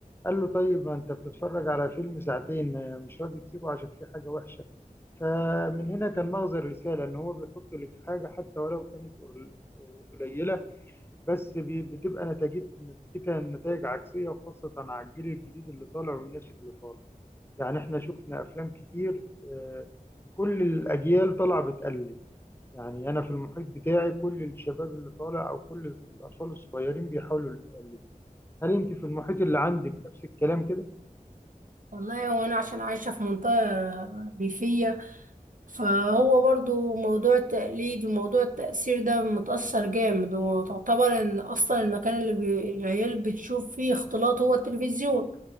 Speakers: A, on the left; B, on the right.
A: قال له طيب ما أنت بتتفرج على فيلم ساعتين آه، مش راضي تسيبه عشان فيه حاجة وحشة فمن هنا كان مغزى الرسالة إن هو بيحط لك حاجة حتى ولو كانت قل- قليلة بس بي- بتبقى نتيجت نتيجتها نتائج عكسية وخاصة على الجيل الجديد اللي طالع والناشئ اللي طالع يعني احنا شفنا أفلام كتير آه، كل الأجيال طالعة بتقلد يعني أنا في المحيط بتاعي كل الشباب اللي طالع أو كل الأطفال الصغيرين بيحاولوا يقلدوا هل أنت في المحيط اللي عندك نفس الكلام كده؟
B: والله وانا عشان عايشة في منطقة ريفية فهو برضو موضوع التقليد وموضوع التأثير ده متأثر جامد وتعتبر ان اصلا المكان اللي بي... العيال بتشوف فيه اختلاط هو التلفزيون